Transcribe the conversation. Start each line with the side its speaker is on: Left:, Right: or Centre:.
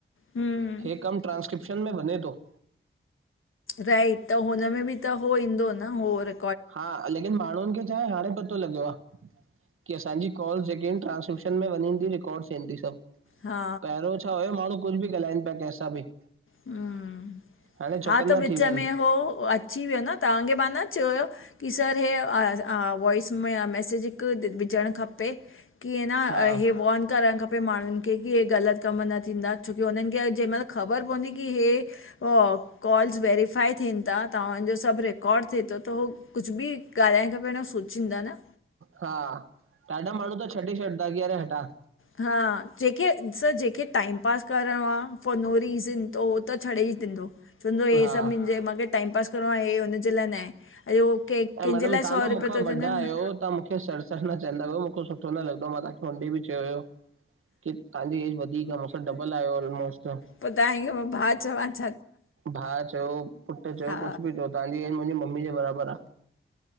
Left: हम्म
Right: हे कमु ट्रांस्क्रिप्शन में वञे तो।
Left: राइट त हुनमें बि त हो ईंदो न हो र।
Right: हा लेकिन माण्हुनि खे छाहे हाणे पतो लॻियो आ। की असांजी कॉल ॼेके एन ट्रांस्क्रिपशन में वञनि ती रिकॉड थियनि ती सभु।
Left: हा
Right: पहिरों छा हुयो माण्हू कुझु बि ॻाल्हाइनि पिया कैसां बि।
Left: हम्म
Right: हाणे
Left: हा
Right: चौकन्ना
Left: त विच
Right: थी विया आहिनि
Left: में हो अ अची वियो न तव्हांखे मां न चयो हो की सर हे वॉइस मे आ मैसेजिग विझणु खपे की ह न
Right: हा
Left: अ हे वॉन करणु खपे खपे माण्हुनि खे की हे ग़लति कमु न थींदा छोकी हुननि खे अ जंहिं महिल ख़बर पवंदी की हे वो कॉल्स वेरीफाए थिनि ता तव्हांजो सभु रिकॉड थिए तो त हो कुझु बि ॻाल्हण खां पहिरियों सोचींदा न।
Right: हा ॾाढा माण्हू त छॾे छॾंदा की अरे हेटा।
Left: हा जंहिंखे स जंहिंखे टाइम पास करिणो आ फॉर नो रीज़न त हो त छॾेई ॾिंदो चवंदो हे
Right: हा
Left: सभु मुंहिंजे मांखे टाइम पास करिणो आ हे हुनजे लाइ न आहे, अॼे उहो के कंहिंजे
Right: ऐं मैडम
Left: लाइ
Right: तां
Left: सौ
Right: न मूंखा
Left: रुपया थो
Right: वॾा
Left: चवंदा
Right: आहियो
Left: न
Right: तां मूंखे सर सर न चएंदा कयो। बिलकुलु सुठो न लॻंदो आ मां तांखे हुन ॾी बि चयो हुयो। की तांजी एज वधीक आ मूंसां डबल आयो ऑलमोस्ट।
Left: पो तां हिय भा चवांनि।
Right: भा चयो, पुटु चयो,
Left: हा
Right: कुझु बि चओ तांजी एज मुंहिंजी मम्मी जे बराबरि आ।